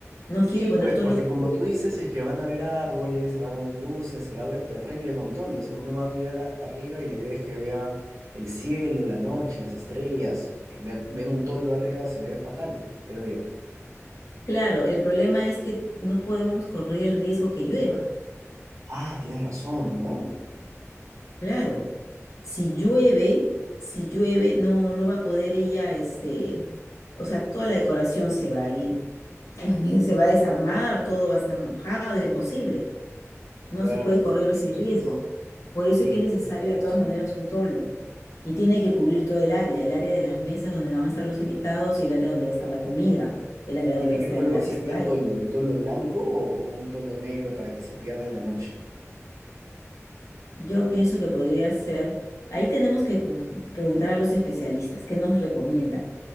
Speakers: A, on the left; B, on the right.
A: No
B: Sí,
A: quiere poner
B: pues
A: toldo
B: porque
A: porque,
B: como tú dices, si es que van a haber árboles, van a haber luces, se va a ver terrible con toldo. O sea, uno va a mirar a- arriba y la idea es que vea el cielo, la noche, las estrellas. Eh, Ver, ver un toldo arriba se ve fatal, creo yo.
A: claro, el problema es que no podemos correr el riesgo que llueva.
B: Ah, tienes razón, ¿no?
A: Claro. Si llueve, si llueve, no, no va a poder ella, este, o sea, toda la decoración se va a ir, <laughs> se va a desarmar, todo va a estar mojado, imposible. No
B: Claro,
A: se puede
B: sí,
A: correr ese
B: pues.
A: riesgo. Por
B: Sí,
A: eso es que es
B: tienes
A: necesario
B: toda la
A: de
B: razón.
A: todas maneras un toldo. Y tiene
B: Sí.
A: que cubrir todo el área, el área de las mesas donde van a estar los invitados y el área donde va a estar la comida, el área donde
B: ¿Y de
A: va
B: qué
A: a estar
B: color
A: el lápiz
B: sería
A: de baile.
B: el toldo? ¿Un toldo blanco o, o un toldo negro para que se pierda en la noche?
A: Yo pienso que podría ser, ahí tenemos que bus- preguntar a los especialistas qué nos recomienda,